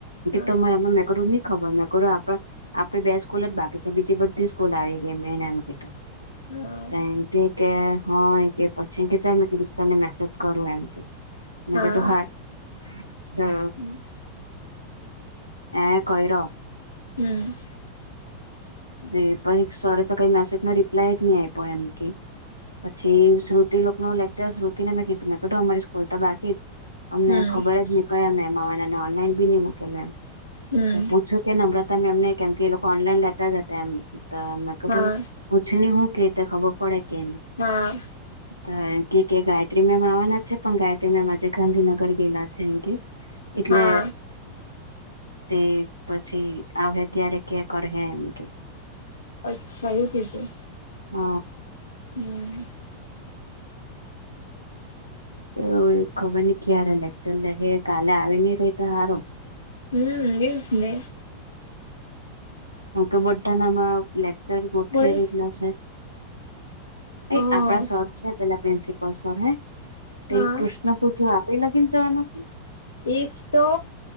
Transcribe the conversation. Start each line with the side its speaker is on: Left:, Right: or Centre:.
Left: હ
Right: તમારા માં મેં કીધું ની ખબર આપણા આપણી બે સ્કૂલ બાકી બીજી બધી સ્કૂલ આવી ગયી મે એને એમ કીધું
Left: હ
Right: એમ કેય કે હા એ કે પછી કે ચાલ મે સર ને મેસેજ કરું એમ કે મેં
Left: હા
Right: કેતો હારુ તો
Left: હમ
Right: એણે કોઈરો
Left: હમ,
Right: તે જે પહી સરે તો કઈ મેસેજના રિપ્લાય જ ની આયપો એમ કેય પછી શ્રુતિ લોકનો લેક્ચર શ્રુતિ ને મેં કીધ મેં કીધુ અમારી સ્કૂલ તો બાકી જ અમને
Left: હમ
Right: ખબર જ ની કયા મેમ આવાના ને ઓનલાઈન બી ની મૂકેલુ એમ
Left: હમ
Right: ત પૂછ છયુ કે નમ્રતા મેમ ને કેમકે એ લોકો ઓનલાઈન લેતા જ અતા એમ તો મેં કીધુ
Left: હા
Right: પૂછની હુ કેય તે ખબર પડે કેની
Left: હા,
Right: <inaudible> ત‌ એમ કેય કે ગાયત્રી મેમ આવવાના છે પણ ગાયત્રી મેમ આજે ગાંધીનગર ગેલા છે એમ કેય એટલે
Left: હા
Right: તે પછી આવહે ત્યારે કે કરહે એમ કેય
Left: અચ્છા એવુ કીધું
Right: હ,
Left: હમ
Right: એવ એક ખબરની કયારે લેકચર લેહે કાલે આવીની રેય તો હારુ
Left: હમ, એ જ ને
Right: હ, કેમ કે બધાનામાં લેક્ચર ગોઠવી
Left: બોલ
Right: દીધલા છે. એ
Left: હા
Right: આપડા સર છે પેલા પ્રિન્સિપલ સર હે તે
Left: હા
Right: કૃષ્ણપુત્ર આપ કોઈ લગીન જાવાના કે
Left: એજ તો